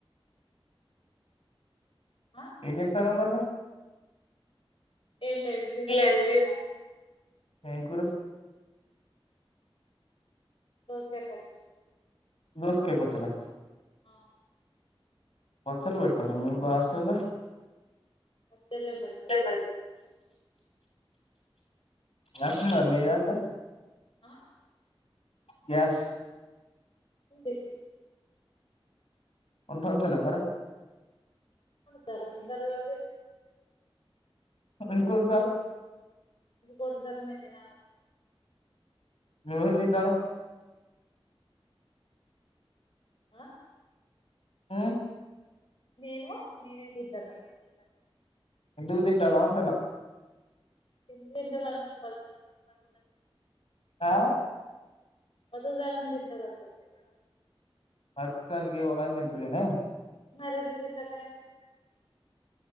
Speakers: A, on the left (about 65°); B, on the left (about 80°).
A: ఆ
B: ఏం చేస్తన్నావ్ మరి
A: ఏం లేదు తినొచ్చి
B: <unintelligible>
A: పైన
B: ఏం కూర
A: దోసకాయి పచ్చడి
B: దోసకాయి పచ్చడా
A: ఆ
B: పచ్చడలు పెడతారా మీ బా హాస్టల్లో
A: పచ్చడులేే బేడతారు
B: పెడతారు గ్యాస్ ఉందా మీయెడల
A: ఆ
B: గ్యాస్
A: అంది
B: ఉంటంటతలే అన్నర
A: తారు ఉంటారు <inaudible>
B: ఎందుకు వండుతారు
A: వండుతారు నేను తినాలి
B: నువ్వు ఏం తింటనావ్
A: ఆ
B: హ్మ్
A: నేను నేనే తింటాను
B: ఎందుకు తింటానవ్ అంటున్న
A: ఏం తింటారు అందరూ
B: ఆ
A: <unintelligible> అందరు
B: బతుకుతానికి ఎవరు అన్న తింటారు కానీ
A: మరి రోజు తింటున్నావ్ ఎ